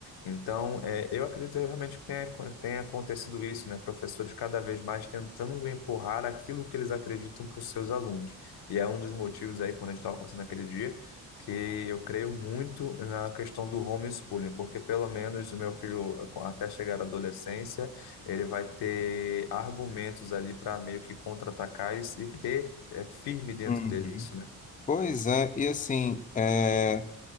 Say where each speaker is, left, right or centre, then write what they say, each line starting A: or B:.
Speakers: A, on the left; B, on the left.
A: Então, é, eu acredito realmente que tenha, tenha acontecido isso, né, professores cada vez mais tentando empurrar aquilo que eles acreditam para os seus alunos. E é um dos motivos aí quando a gente estava passando aquele dia que eu creio muito na questão do homeschooling, porque pelo menos o meu filho até chegar à adolescência ele vai ter argumentos ali para meio que contra-atacar e, e ter é, firme dentro
B: Uhum.
A: dele isso, né?
B: Pois é, e assim, é,